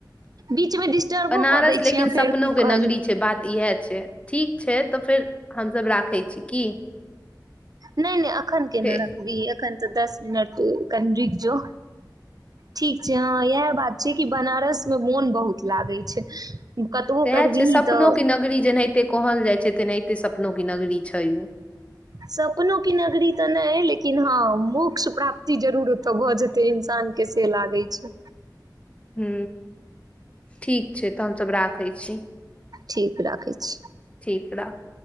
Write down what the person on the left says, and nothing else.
बनारस
लेकिन
सपनो
के
नगरी छै बात इएह ठीक छै तऽ फेर हमसभ राखै छी की
फेर
सएह
छै सपनोके
नगरी जेनहिते कहल जाइ छै तेनहिते सपनो की नगरी छैय उ
हू ठीक छै तऽ हमसभ राखै छी
ठीक राख